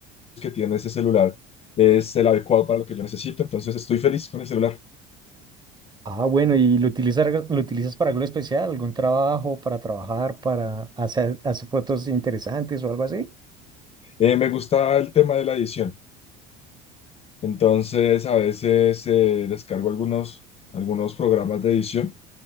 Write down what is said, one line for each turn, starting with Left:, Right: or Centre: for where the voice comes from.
Left: que tiene ese celular es el adecuado para lo que yo necesito. Entonces, estoy feliz con el celular.
Right: Ah, bueno, ¿y lo utilizas, lo utilizas para algo especial? ¿Algún trabajo, para trabajar, para hacer, hacer fotos interesantes o algo así?
Left: Eh, me gusta el tema de la edición. Entonces, a veces eh, descargo algunos, algunos programas de edición